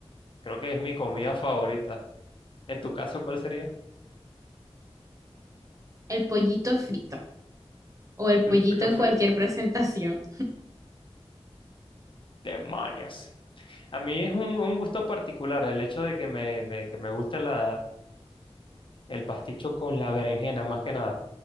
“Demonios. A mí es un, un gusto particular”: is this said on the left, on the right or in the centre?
Left